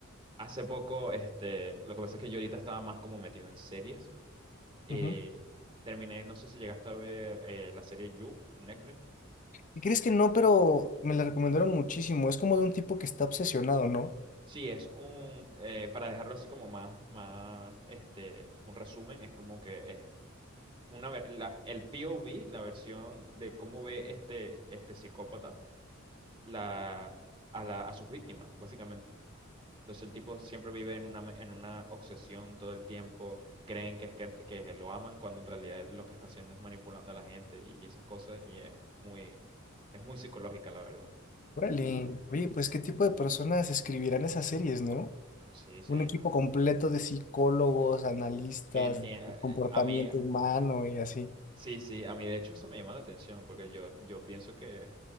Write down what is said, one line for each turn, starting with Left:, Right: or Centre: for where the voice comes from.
Right: hace poco, este, lo que pasa es que yo ahorita estaba más como metido en series. Eh,
Left: Ujú.
Right: terminé, no sé si llegaste a ver eh, la serie You en Netflix.
Left: ¿Y crees que no? Pero me la recomendaron muchísimo. Es como de un tipo que está obsesionado, ¿no?
Right: Sí, es un, eh, para dejarlo así como más, más, este, un resumen, es como que una, ve- la- el POV, la versión de cómo ve este, este psicópata la, a, la, a sus víctimas, básicamente. Entonces el tipo siempre vive en una, me- en una obsesión todo el tiempo, creen que, es que, que lo aman cuando en realidad lo que está haciendo es manipulando a la gente y esas cosas, y es muy, es muy psicológica, la verdad.
Left: Órale. Oye, pues ¿qué tipo de personas escribirán esas series, no?
Right: No, sí, sí,
Left: Un equipo
Right: no, no.
Left: completo de psicólogos, analistas,
Right: Que enti-
Left: de
Right: a
Left: comportamiento
Right: a mí,
Left: humano y así.
Right: Sí, sí, a mí de hecho eso me llama la atención, porque yo, yo pienso que,